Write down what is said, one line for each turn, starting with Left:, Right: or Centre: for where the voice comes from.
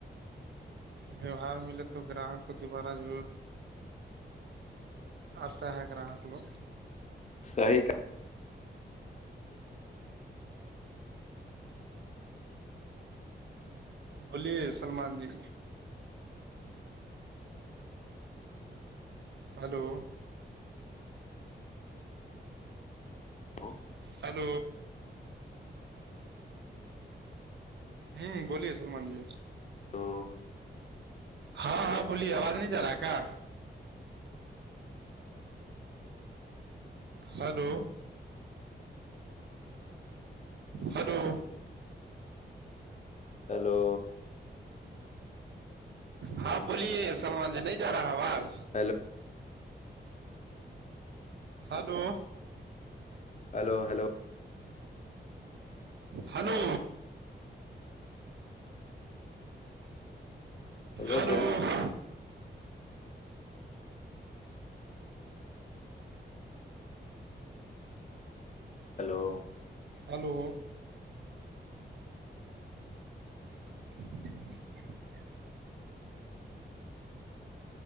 Right: ویوہار ملے تو گراہک کو دوبارہ ضرور آتا ہے گراہک لوگ
Left: صحی کا
Right: بولیے سلمان جی ہلو
Left: کہا۔
Right: ال ہوں بولیے سلمان جی
Left: تو
Right: ہاں ہاں بولیے آواز نہیں جا رہا ہے کیا ہلو ہلو
Left: ہیلو
Right: ہاں بولیے سلمان جی نہیں جا رہا آواز
Left: hello
Right: hello
Left: hello hello
Right: hello
Left: hello
Right: hello
Left: جلی hello
Right: hello <unintelligible> <inaudible>